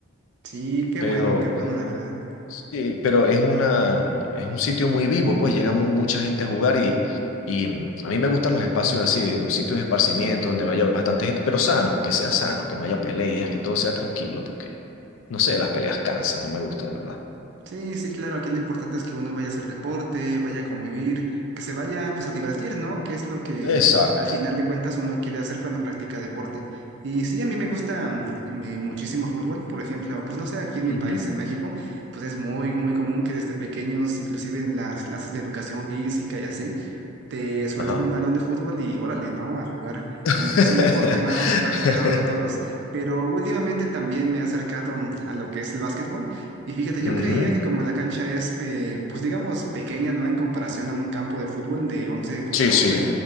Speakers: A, on the right (about 55°); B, on the left (about 70°).
A: Sí, qué
B: Pero
A: bueno, qué bueno, la verdad.
B: Sí, pero es una, es un sitio muy vivo, pues llega mu- mucha gente a jugar y, y mm, a mí me gustan los espacios así, un sitio de esparcimiento donde vaya bastante gente, pero sano, que sea sano, que no haya peleas, que todo sea tranquilo, porque, no sé, las peleas cansan, no me gusta, de verdad.
A: Sí, sí, claro, aquí lo importante es que uno vaya a hacer deporte, vaya a convivir, que se vaya pues a divertir, ¿no? Que es lo que
B: Exacto.
A: al final de cuentas uno quiere hacer cuando practica deporte. Y sí, a mí me gusta mm, y me- muchísimo fútbol, por ejemplo, pues no sé, aquí en mi
B: Ujú.
A: país, en México, pues es muy, muy común que desde pequeños, inclusive en las clases de educación física y así, te suelten
B: Ajá.
A: un balón de fútbol y órale, ¿no? A jugar,
B: <laughs>
A: como que es el deporte más practicado de todos, pero últimamente también me he acercado a lo que es el básquetbol y fíjate,
B: Ujú.
A: yo creía que como la cancha es, pe- pues digamos, pequeña, ¿no? En comparación a un campo de fútbol de once contra
B: Sí, sí,
A: once